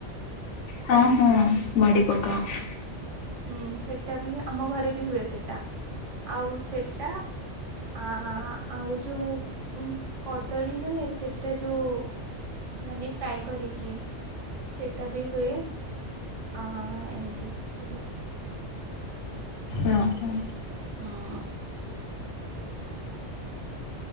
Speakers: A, on the left; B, on the right.
A: ହଁ ହଁ ବଡି ପକାଅ।
B: ହୁଁ ସେଟା ବି ଆମ ଘରେ ବି ହୁଏ ସେଟା ଆଉ ସେଟା ଆ ଆଉ ଯୋଉ କଦଳୀ ନୁହେଁ ସେଟା ଯୋଉ ମାନେ ଫ୍ରାଏ କରିକି ସେଟା ବି ହୁଏ। ହଁ ଏମିତି ସବୁ।
A: ହଁ ହଁ।
B: ହଁ।